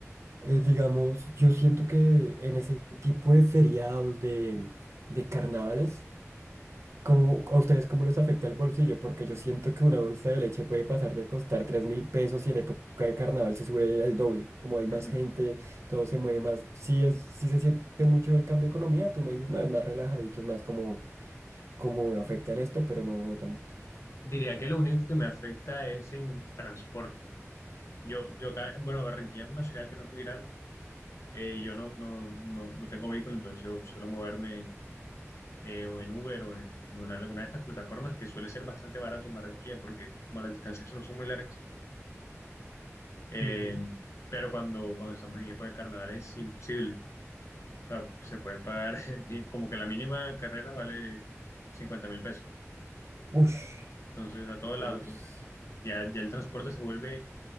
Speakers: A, on the right; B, on the left.
A: eh, digamos, yo siento que en ese tipo de feriados, de, de carnavales, ¿Cómo, a ustedes cómo les afecta el bolsillo? Porque yo siento que una bolsa de leche puede pasar de costar tres mil pesos y en época de carnaval se sube al doble. Como hay más
B: <laughs>
A: gente, todo se mueve más. Sí, es, sí se siente mucho el cambio de economía. Tú me dices, no, es más relajadito, es más como, como afecta en esto, pero no, no tanto.
B: Diría que lo único que me afecta es en transporte. Yo, yo acá, bueno, Barranquilla es una ciudad que no es muy grande. Eh, yo no, no, no, no tengo vehículo, entonces yo suelo moverme eh, o en Uber o en, en una- alguna de estas plataformas que suele ser bastante barato en Barranquilla porque como las distancias no son muy largas. Eh,
A: Ujú.
B: pero cuando, cuando estamos en época de carnaval es imposible. O sea, se pueden pagar, <laughs> y como que la mínima carrera vale cincuenta mil pesos.
A: Ush,
B: Entonces, a todo lado.
A: ush,
B: Entonces, ya, ya el transporte se vuelve